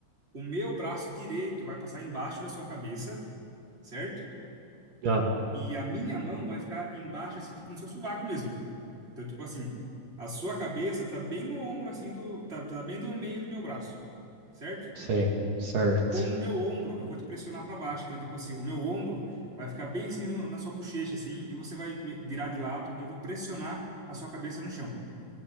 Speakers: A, on the right (about 15°); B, on the right (about 65°).
A: O meu braço direito vai passar embaixo da sua cabeça, certo?
B: Ah,
A: E a minha mão vai ficar embaixo, assim, tipo no seu sovaco mesmo. Então, tipo assim, a sua cabeça tá bem no ombro, assim, do, tá, tá bem no meio do meu braço, certo?
B: sei, certo.
A: com o meu ombro, eu vou te pressionar para baixo. Então, tipo assim, o meu ombro vai ficar bem assim no- na sua bochecha, assim, e você vai me virar de lado e eu vou pressionar a sua cabeça no chão.